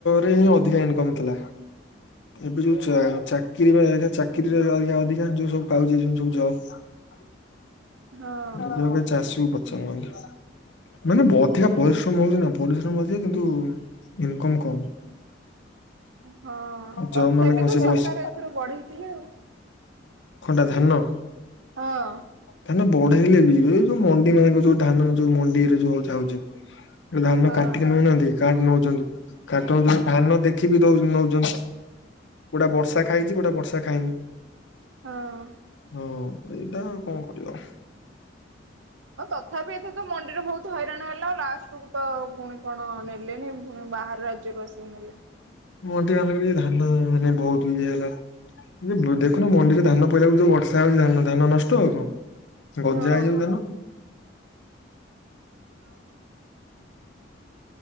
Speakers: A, on the left (about 70°); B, on the right (about 85°).
A: ରେ ହିଁ ଅଧିକା ଇନକମ ଥିଲା। ଏବେ ଯୋଉ ଚା ଚାକିରି ଚାକିରିରେ ଅଧିକା ଯୋଉ ସବୁଉଛି ଯେ ସବୁ ଜବ୍। <unintelligible> <unintelligible>
B: ହଁ
A: ମାନେ ଅଧିକା ପରିଶ୍ରମ ହଉଛି ନା ପରିଶ୍ରମ ଅଧିକ କିନ୍ତୁ ଇନକମ୍ କମ୍।
B: ହଁ
A: ଜବ
B: ତଥାପି
A: ମାନେ କଣ
B: ତ
A: ସେ
B: ସରକାର
A: ବସି
B: ଏଥର ବଢ଼େଇଥିଲେ ଆଉ।
A: କଣ ଟା ଧାନ?
B: ହଁ।
A: ଧାନ ବଢେଇଲେ ବି, ଏ ଯୋଉ ମଣ୍ଡି ମାନଙ୍କରେ ଯୋଉ ଧାନ ଯୋଉ ମଣ୍ଡିରେ ଯୋଉ ଯାଉଛି ଧାନ
B: ହଁ ହଁ
A: କାଟିକି ନେଉନାହାନ୍ତି କାଟି ନଉଛନ୍ତି କାଟି ନଉ ଧାନ ଦେଖିକି ବି ଦଉ ନେଉଛନ୍ତି। କୋଉଟା ବର୍ଷା ଖାଇଛି କୋଉଟା ବର୍ଷା ଖାଇନି।
B: ହଁ।
A: ହଁ ଏଇଟା କଣ କରିବ।
B: ହ ତଥାପି ଏତେ ତ ମଣ୍ଡିରେ ବହୁତ ହଇରାଣ ହେଲା। ଆଉ ଲାଷ୍ଟ କୁ ତ ପୁଣି କଣ ନେଲେନି ବାହର ରାଜ୍ୟ ରୁ ଆସିକି ନେଲେ।
A: ମଣ୍ଡି <unintelligible> ବି ଧାନରେ ମାନେ ବହୁତ ଇଏ ହେଲା। ଏ ଯେ ଦେଖୁନୁ ମଣ୍ଡିରେ ଧାନ ପଇଲାକୁ ଯୋଉ ବର୍ଷା ହଉଛି ଧାନ ନଷ୍ଟ ହଉନଥିବ ଗଜା
B: ହଁ।
A: ହେଇଯାଉଚି ଧାନ।
B: ହଁ।